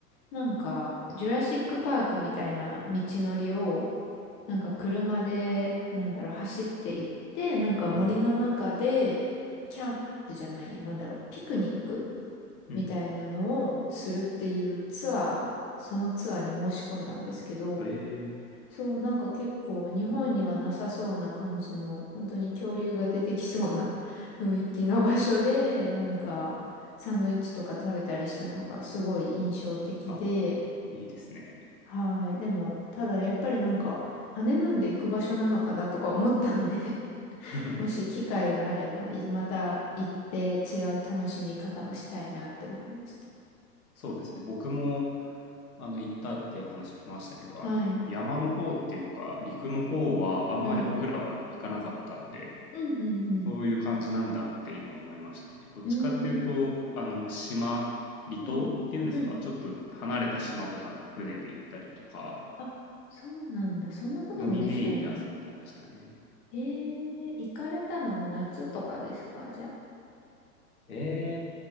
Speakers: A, on the left; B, on the left.
A: なんか、ジュラシックパークみたいな道のりを、なんか車で、なんだろう、走っていって、なんか森の中で、
B: うん
A: キャンプじゃないや、なんだろう、ピクニック
B: うんうん
A: みたいなのをするっていうツアー、そのツアーに申し込んだんですけど、
B: うんええー
A: そう、なんか結構日本にはなさそうな感じの、本当に恐竜が出てきそうな <laughs> 雰囲気の場所で、<laughs> なんかサンドイッチとか食べたりしたのがすごい印象的で、
B: <laughs> あいいですね
A: はい。でも、ただやっぱりなんか、ハネムーンで行く場所なのかなとか思ったんで <laughs>
B: <laughs>
A: もし機会があれば、いまた行って違う楽しみ方もしたいなって思いました。
B: そうですね。僕も、あの、行ったって話しましたけど、
A: はい。
B: あの、山の方っていうか、陸の方は、あんまり僕らは行かなかったんで、
A: うん。うん、うん、
B: そういう感じなんだって今思いましたね。どっちかっていうと、
A: うん。うーん、
B: あの、島、離島っていうんですか、
A: うん、うん。
B: ちょっと離れた島とかに船で行ったりとか、
A: あ、そうなんだ。そんなこともできたんだ。
B: 海メインで遊んでましたね。
A: えー、行かれたのは夏とかですかじゃあ。
B: えーっ